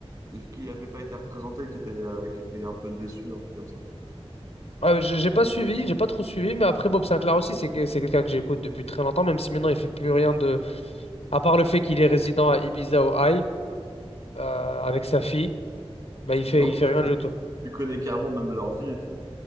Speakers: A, on the right (about 35°); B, on the left (about 80°).
A: ce qui n'avait pas été représenté, qui était, euh, qui était un peu déçu, un truc comme ça.
B: Ah, j'ai j'ai pas suivi, j'ai pas trop suivi, mais après Bob Sinclair aussi, c'est que- c'est quelqu'un que j'écoute depuis très longtemps, même si maintenant il fait plus rien de, à part le fait qu'il est résident à Ibiza au High euh, avec sa
A: Ouais.
B: fille, bah il fait
A: Ah ouais,
B: il fait
A: toi,
B: rien
A: tu,
B: du tout.
A: tu connais carrément même leur vie et tout.